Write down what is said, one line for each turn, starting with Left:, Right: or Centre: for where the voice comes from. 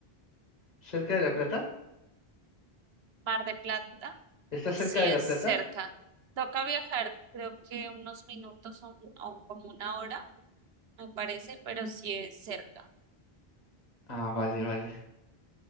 Left: cerca de La Plata?
Right: Mar de Plata,
Left: ¿Está cerca
Right: sí
Left: de
Right: es
Left: La Plata?
Right: cerca. Toca viajar, creo que unos minutos o, o como una hora, me parece, pero sí es cerca.
Left: Ah, vale, vale.